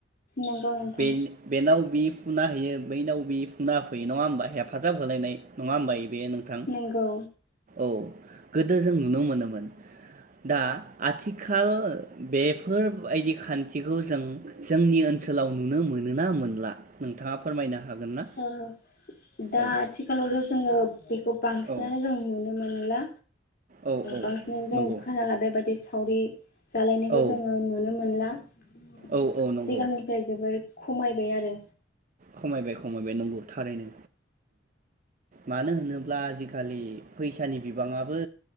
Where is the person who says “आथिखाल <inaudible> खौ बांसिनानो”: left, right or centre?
Left